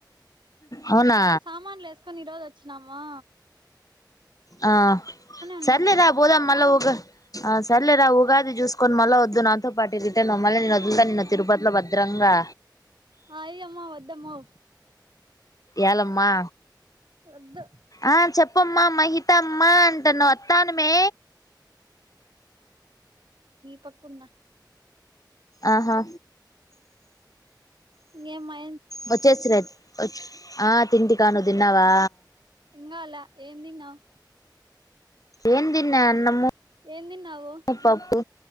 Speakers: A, on the left; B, on the right.
A: అవునా
B: సామాన్లు ఎసుకొని ఈరోజు వచ్చనామూ
A: ఆ
B: ఉన్నాము
A: సార్లె దా బోదం మళ్ళ ఒగు ఆ సర్లేరా ఉగాది చూసుకొని మళ్ళా వద్దు నాతో పాటి రిటర్న్ మళ్ళీ నేను వదులుతాను నిన్ను తిరుపతిలో భద్రంగా.
B: ఆయి అమ్మ వద్దమ్మో
A: ఏలమ్మా
B: వద్దు
A: ఆ చెప్పమ్మా మహితమ్మా అంటన్నా వత్తాను మే,
B: పకున్న
A: ఆహా
B: ఏమ్మాయ్
A: వచ్చేసిరే వొ ఆ తింటికా నుదిన్నావా
B: ఇంగాలే ఏం తిన్నావు
A: ఏం తిన్నా అన్నమూ
B: ఏం తిన్నావు
A: పప్పు